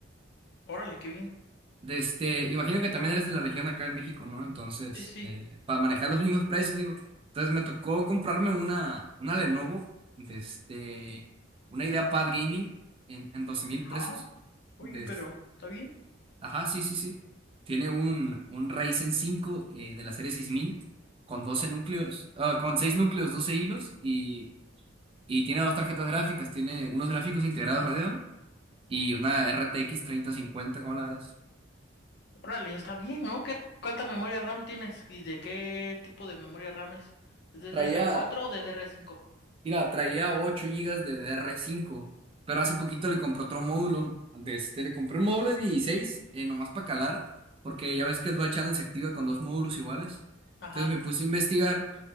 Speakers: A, on the left; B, on the right.
A: Órale, qué bien.
B: de este, imagino que también eres de la región acá en México, ¿no? Entonces,
A: Sí, sí.
B: eh, para manejar los mismos precios, digo, entonces me tocó comprarme una, una Lenovo, de este, una IdeaPad Gaming en, en doce mil pesos.
A: Ah, oye,
B: De
A: pero,
B: este,
A: ¿está bien?
B: ajá, sí, sí, sí. Tiene un, un Ryzen 5 eh, de la serie 6000 con 12 núcleos, ah, con 6 núcleos, 12 hilos y, y tiene dos tarjetas gráficas, tiene unos gráficos integrados Radeon y una RTX cincuenta ¿cómo la ves?
A: Órale, está bien, ¿no? ¿Qué, cuánta memoria RAM tienes? ¿Y de qué tipo de memoria RAM es? ¿Es DDR4
B: Traía
A: o DDR5?
B: Mira, traía 8 gigas de dr cinco, pero hace poquito le compré otro módulo. De este, le compré un módulo de 16, eh, nomás para calar, porque ya ves que el Dual Channel se activa con dos módulos iguales.
A: Ajá.
B: Entonces me puse a investigar